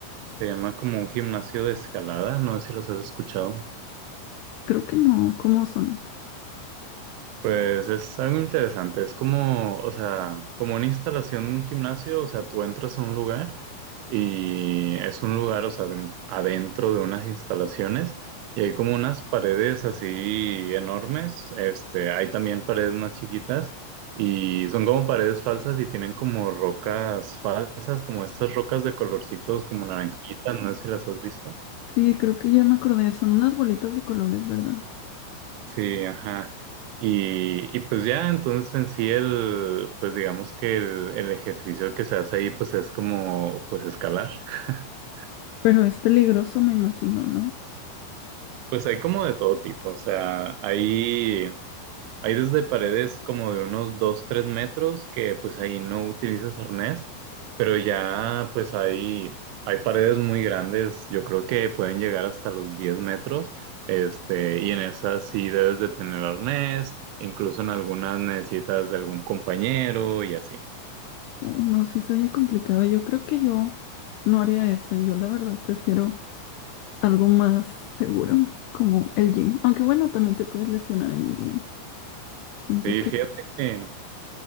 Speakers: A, on the right; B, on the left.
A: se llama como un gimnasio de escalada. No sé si los has escuchado.
B: Creo que no. ¿Cómo son?
A: Pues es algo interesante, es como, o sea, como una instalación de un gimnasio, o sea, tú entras a un lugar y es un lugar, o sea, aden- adentro de unas instalaciones y hay como unas paredes así enormes, este, hay también paredes más chiquitas y son como paredes falsas y tienen como rocas falsas, como estas rocas de colorcitos como naranjitas, no sé si las has visto.
B: Sí, creo que ya me acordé, son unas bolitas de colores, ¿verdad?
A: Sí, ajá. Y, y pues ya, entonces en sí el, pues digamos que el, el ejercicio que se hace ahí pues es como pues escalar. <laughs>
B: Pero es peligroso, me imagino, ¿no?
A: Pues hay como de todo tipo, o sea, hay Hay desde paredes como de unos dos tres metros que pues ahí no utilizas arnés, pero ya pues hay, hay paredes muy grandes, yo creo que pueden llegar hasta los 10 metros, este, y en esas sí debes de tener arnés, incluso en algunas necesitas de algún compañero y así.
B: Uy, no, sí se oye complicado. Yo creo que yo no haría eso. Yo la verdad prefiero algo más seguro, como el gym. Aunque bueno, también te puedes lesionar en el gym. Siento
A: Sí,
B: que,
A: fíjate que...